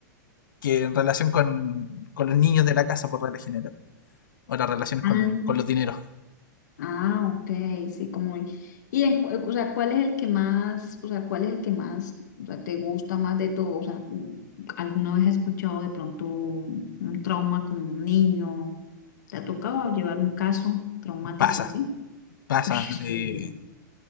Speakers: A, on the left; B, on the left.
A: que en relación con, con los niños de la casa, por regla general, o las relaciones
B: ah,
A: con, con los dineros,
B: ah, ok, sí, como, y en, cu- o sea, ¿cuál es el que más, o sea, cuál es el que más, o sea, te gusta más de todo? O sea, ¿alguna vez has escuchado de pronto un un trauma con un niño? ¿Te ha tocado llevar un caso traumático
A: pasa,
B: así?
A: pasa.
B: Uy, es fuerte.
A: Eh,